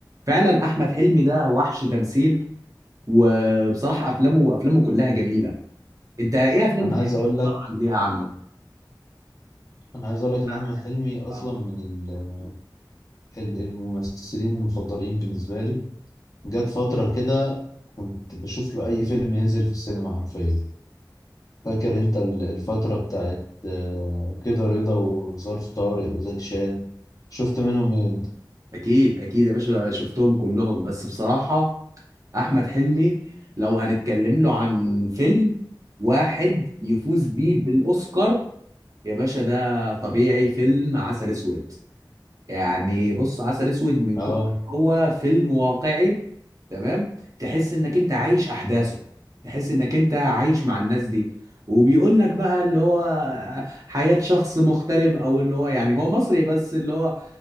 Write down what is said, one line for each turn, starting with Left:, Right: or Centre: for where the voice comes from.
Right: فعلا أحمد حلمي ده وحش تمثيل وبصراحة أفلامه أفلامه كلها جميلة أنت إيه أفلام
Left: انا
Right: بتحب
Left: عايز اقول
Right: تتفرج
Left: لك
Right: ليها عنه؟
Left: انا عايز اقول لك ان
Right: أنا
Left: احمد
Right: حاجات.
Left: حلمي اصلا
Right: آه.
Left: من ال- ال- الممثلين المفضلين بالنسبه لي جت فتره كده كنت بشوف له اي فيلم ينزل في السينما حرفيا فاكر انت ال- الفتره بتاعت آه، كده رضا وظرف طارق وزكي شان شفت منهم ايه انت
Right: أكيد أكيد يا باشا شفتهم كلهم بس بصراحة احمد حلمي لو هنتكلم له عن فيلم واحد يفوز بيه بالاوسكار يا باشا ده طبيعي فيلم عسل اسود يعني بص عسل اسود من
Left: اه
Right: كتر هو فيلم واقعي تمام تحس انك انت عايش احداثه تحس انك انت عايش مع الناس دي وبيقول لك بقى اللي هو حياة شخص مغترب او اللي هو يعني هو مصري بس اللي هو